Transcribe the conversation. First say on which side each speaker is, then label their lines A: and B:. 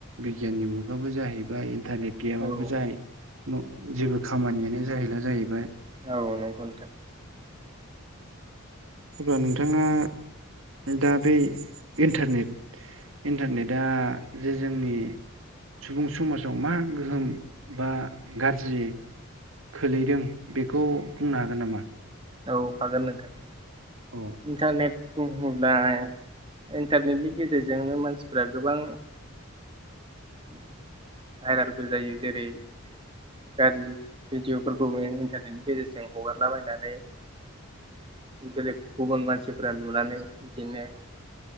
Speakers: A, on the right; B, on the right.
A: बिगियाननि मुगाबो जाहैबाय इन्टारनेट गैयाबाबो
B: औ
A: जाय न' जेबो खामानियानो जाहैला जाहैबाय
B: औ नंगौ नोंथां
A: अब्ला नोंथाङा दा बै इन्टारनेट इन्टारनेटा जे जोंनि सुबुं समाजाव मा गोहोम बा गाज्रि खोलैदों बेखौ बुंनो हागोन नामा?
B: औ हागोन नोंथां।
A: औ
B: इन्टारनेट बुङोब्ला इन्टारनेटनि गेजेरजोंनो मानसिफ्रा गोबां भायरेलबो जायो। जेरै गाज्रि भिडिअ'फोरखौबो इन्टारनेटनि गेजेरजों हगारला बायनानै बेलेग गुबुन मानसिफोरा नुनानै इदिनो